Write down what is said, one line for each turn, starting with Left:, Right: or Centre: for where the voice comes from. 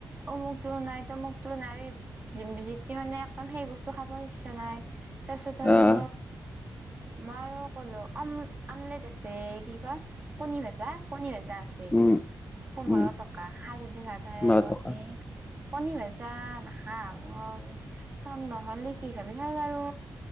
Right: অমুক তো নাই তমুক তো নাই যিতি মানে একদম সেই বস্তু খাব ইচ্ছা নাই। তাৰপিছত আৰু
Left: আহ
Right: মই আৰু ক'লো আম আমলেট আছে কি কয়। কণী ভজা কণী ভজা। জা আছে
Left: উম
Right: পোন্ধৰ
Left: উম,
Right: টকা হাজদি সাধাৰছে
Left: ন টকা।
Right: কণী ভজা নাখা মই খাম নহলে কি খাবি ভাল আৰু